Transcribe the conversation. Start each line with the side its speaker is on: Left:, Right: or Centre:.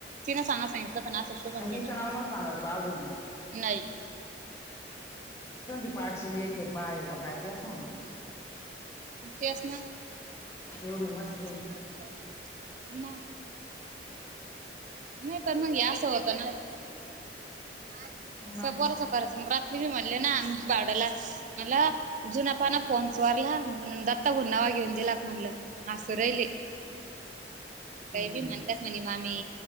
Right: तिनं सांगा सांगितलं होत ना असं शुभंगीनं
Left: म्हणजे हीच नाव नव्हतं सांगायचं बा आजूक बी
Right: नाही
Left: <unintelligible> पाठशी एक एक बाळ का काय दया सांगून
Right: तेच ना
Left: एवढी मस्
Right: हा काय म नाही तर मग हे असं होत ना <unintelligible>
Left: मग हम्म
Right: करायच मग रात्री मी म्हणले ना भावड्याला म्हणलं जुनापाना फोन चोरला म्हणून दत्ताभाऊंन नवा घेऊन दिला का म्हणलं <unintelligible> काही बी
Left: हम्म
Right: म्हणत्यात म्हणे मामी